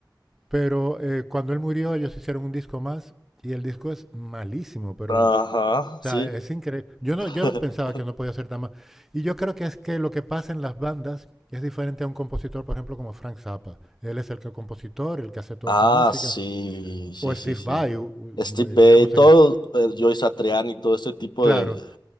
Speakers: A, in the centre; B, on the left.
A: Pero eh, cuando él murió, ellos hicieron un disco más y el disco es malísimo, pero
B: Ajá,
A: o sea,
B: sí.
A: es increíble. Yo no,
B: <laughs>
A: yo pensaba que no podía ser tan mal. Y yo creo que es que lo que pasa en las bandas es diferente a un compositor, por ejemplo, como Frank Zappa. Él es el que compositor, el que hace toda
B: Ah,
A: su música.
B: sí, sí,
A: O Steve
B: sí, sí.
A: Vai, u-
B: Steve
A: u- eh,
B: Bay,
A: digamos
B: todo,
A: en... es-
B: eh, Joey Satriani y todo este tipo
A: Claro,
B: de...